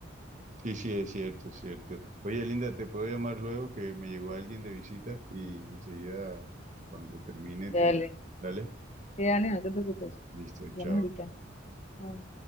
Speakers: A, on the right; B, on the left.
A: Sí, sí, es cierto, es cierto. Oye, Linda, te puedo llamar luego que me llegó alguien de visita y enseguida, cuando termine,
B: Dale,
A: te llamo. Dale,
B: sí, dale, no te preocupes.
A: listo,
B: Hablamos
A: chao.
B: ahorita. Chao.